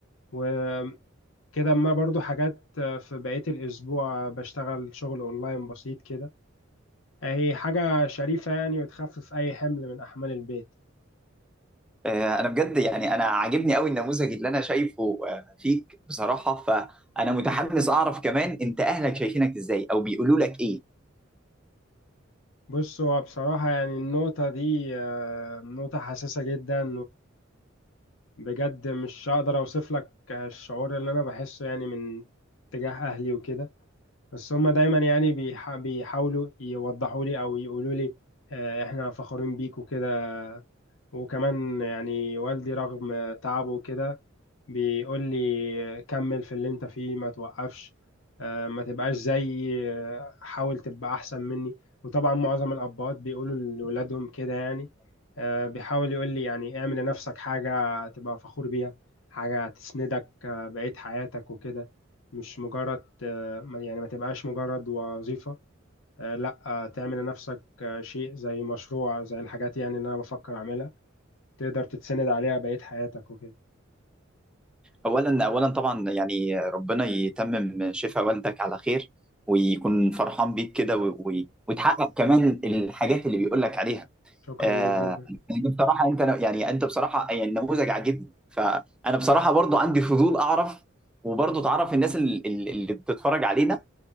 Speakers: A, on the left; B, in the centre.
A: وكده اما برضو حاجات آه، في بقية الاسبوع بشتغل شغل اونلاين بسيط كده هي حاجة شريفة يعني وتخفف أي حمل من أحمال البيت
B: آه، انا بجد يعني انا عاجبني قوي النموذج اللي انا شايفه آه، فيك بصراحه فانا متحمس اعرف كمان انت اهلك شايفينك ازاي او بيقولوا لك ايه
A: بص هو بصراحة يعني النقطة دي آه، نقطة حساسة جدا وبجد مش هقدر أوصف لك الشعور اللي أنا بحسه يعني من تجاه أهلي وكده بس هما دايما يعني بيح- بيحاولوا يوضحوا لي أو يقولوا لي آه، إحنا فخورين بيك وكده وكمان يعني والدي رغم تعبه كده بيقول لي كمل في اللي انت فيه ما توقفش آه، ما تبقاش زي آه، حاول تبقى احسن مني وطبعا معظم الاباء بيقولوا لولادهم كده يعني آه، بيحاول يقول لي يعني اعمل لنفسك حاجة تبقى فخور بيها حاجة تسندك آه، بقية حياتك وكده مش مجرد آه، ما- يعني ما تبقاش مجرد وظيفة آه، لا آه، تعمل لنفسك آه، شيء زي مشروع زي الحاجات يعني اللي انا بفكر اعملها تقدر تتسند عليها بقية حياتك وكده
B: اولا اولا طبعا يعني ربنا يتمم شفاء والدك على خير ويكون فرحان بيك كده و- و- وتحقق كمان الحاجات اللي بيقول لك عليها
A: شكرا
B: آه،
A: ليك جدا
B: يعني بصراحه انت يعني انت بصراحه يعني النموذج عاجبني فانا بصراحه برضو عندي فضول اعرف وبرضو تعرف الناس اللي, اللي بتتفرج علينا